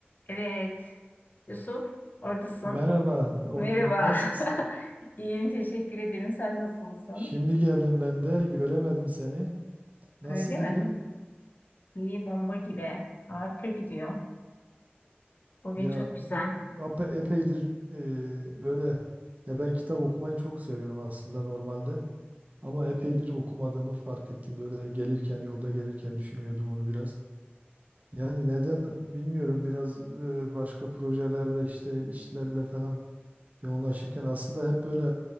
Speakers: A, on the left (about 50°); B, on the right (about 40°).
A: Evet. Yusuf, oradasın.
B: Merhaba, or
A: Merhaba.
B: nasılsın?
A: <laughs> İyiyim, teşekkür ederim. Sen nasılsın?
B: Şimdi geldim ben de, göremedim seni. Nasıl
A: Öyle
B: gidiyor?
A: mi? İyi, bomba gibi. Harika gidiyor. Bugün
B: Ya
A: çok güzel.
B: ape- epeydir e, böyle ya ben kitap okumayı çok seviyorum aslında normalde. Ama epeydir okumadığımı fark ettim. Böyle gelirken yolda gelirken düşünüyordum onu biraz. Yani neden bilmiyorum biraz e, başka projelerle işte işlerle falan yoğunlaşırken aslında hep böyle